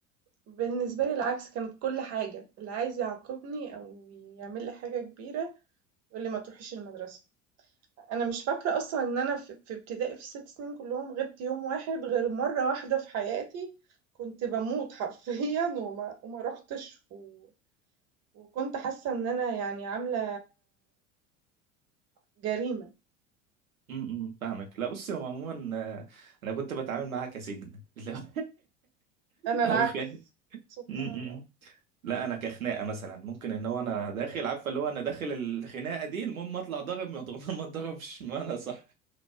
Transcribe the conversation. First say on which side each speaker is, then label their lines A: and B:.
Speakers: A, on the right; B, on the right.
A: بالنسبة لي العكس، كانت كل حاجة، اللي عايز يعاقبني أو يعمل لي حاجة كبيرة يقول لي ما تروحيش المدرسة، أنا مش فاكرة أصلًا إن أنا في في ابتدائي في ال6 سنين كلهم غِبت يوم واحد غير مرة واحدة في حياتي، كنت باموت حرفيًا وما وما رُحتش و وكنت حاسة إن أنا يعني عاملة جريمة،
B: امم فاهمك لا بصي هو عموما آه، انا كنت بتعامل معاها كسجن <laughs> لا
A: أنا العكس،
B: او خ...
A: سبحان
B: امم
A: الله،
B: لا انا كخناقه مثلا ممكن ان هو انا داخل عارفه اللي هو انا داخل الخناقه دي المهم اطلع ضارب ما اضرب ما اضربش ما انا صح